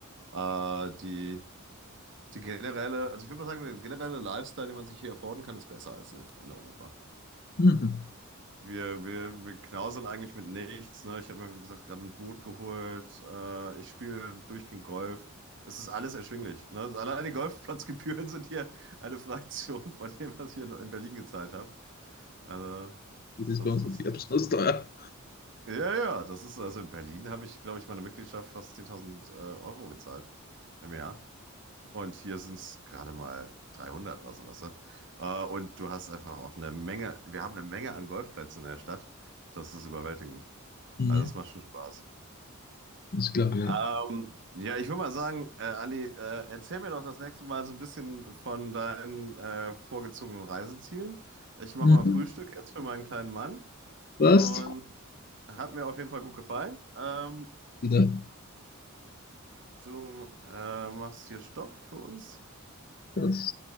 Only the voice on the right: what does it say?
Äh, die. Die generelle, also ich würde mal sagen, der generelle Lifestyle, den man sich hier erfordern kann, ist besser als in, in Europa.
Wir, wir, wir knausern eigentlich mit nichts, ne? Ich habe mir, wie gesagt, gerade ein Boot geholt. Äh, ich spiele durchgehend Golf. Es ist alles erschwinglich. Ne? Also Allein die Golfplatzgebühren <laughs> sind hier eine Fraktion von dem, was ich hier in Berlin gezahlt habe. Also,
das
ist.
Ja, ja, das ist. Also in Berlin habe ich, glaube ich, meine Mitgliedschaft fast 10.000 äh, Euro gezahlt im Jahr. Und hier sind es gerade mal 300 oder sowas. Ne? Äh, und du hast einfach auch eine Menge, wir haben eine Menge an Golfplätzen in der Stadt. Das ist überwältigend.
Also das macht schon Spaß.
Ähm, ja, ich würde mal sagen, äh, Andi, äh, erzähl mir doch das nächste Mal so ein bisschen von deinen äh, vorgezogenen Reisezielen. Ich mache
mal Frühstück jetzt für meinen kleinen Mann
und hat mir auf jeden Fall gut gefallen. Ähm,
du äh, machst hier Stopp für uns.